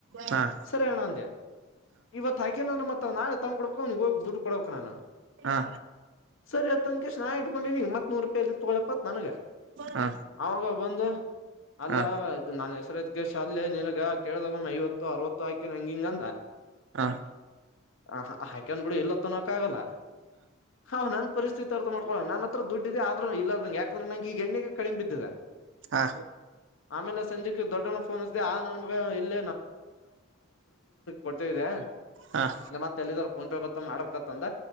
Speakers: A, on the right (about 70°); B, on the left (about 80°).
A: ಹಾ
B: ಸರಿ ಅಣ್ಣ ಅಂದೆ ಇವತ್ ಹಾಗೇನಂದ್ರೆ ಮತ್ತ ನಾ ತಂದ್ಕೊಡ್ಬೇಕು ಅವ್ನಿಗ್ ಹೋಗಿ ದುಡ್ ಕೊಡ್ಬೇಕ್ ನಾನು
A: ಹಾ
B: ಸರಿ ಆಯ್ತಂಗೆ ಚಾ ಇಟ್ಕೊಂಡಿನಿ ಮತ್ ನೀನ್ ಲ್ಲಿ ತಗೊಳಪ್ಪತ್ ನನ್ಗ
A: ಹಾ ಹಾ
B: ಅವಾಗ ಬಂದು ಅಲ್ಲ
A: ಹಾ
B: ಇ ನನ್ ಹೆಸರುತ್ಕ ಶ ಅಲ ನಿನ್ಗ ಕೇಳ್ದಾಗಮ್ಮ ಐವತ್ತು ಅರವತ್ತು ಹಾಕಿನ ಹಂಗ ಹಿಂಗಂದ
A: ಹಾ ಹ
B: ಅಹ ಹಾಕ್ಯಾನ್ಬಿಡಿ ಇಲ್ಲತ್ತನ ಕಾಗಲ್ಲ ಹಾ ನನ್ ಪರಿಸ್ಥಿತಿ ಅರ್ಥ ಮಾಡ್ಕೊಳೋ ನನ್ ಹತ್ರ ದುಡ್ಡಿದೆ ಆದ್ರರು ಇಲ್ಲದ ಯಾಕಂದ್ರೆ ನಂ ಈಗೆ ಎಣ್ಣಿಗ ಕಡಿಮ ಬಿದ್ದಿದೆ
A: ಹಾ
B: ಆಮೇಲೆ ಸಂಜೆಕ್ಕೆ ದೊಡ್ಡಣ ಫೋನ್ ಹಚ್ಚದೆ ಆ ನನ್ ಮಗ ಎಲ್ಲಿ ಕೊಡ್ತಿದ್ದೆ
A: ಹ
B: ಮತ್ತೆ ಎಲ್ಲಿದಾರ ಫೋನ್ ಪೇ ಬತ್ತ ಮಾಡ್ಬೇಕತ್ತಂದ